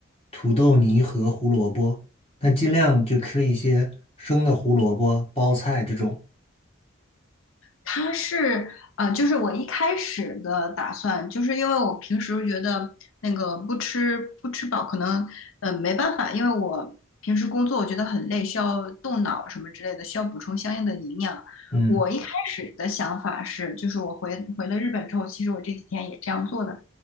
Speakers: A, on the left (about 30°); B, on the left (about 70°).
A: 土豆泥和胡萝卜，但尽量就吃一些生的胡萝卜、包菜这种。
B: 它是呃，就是我一开始的打算，就是因为我平时觉得那个不吃不吃饱，可能呃没办法，因为我平时工作我觉得很累，需要动脑什么之类的，需要补充相应的营养。
A: 嗯
B: 我一开始的想法是，就是我回回了日本之后，其实我这几天也这样做的，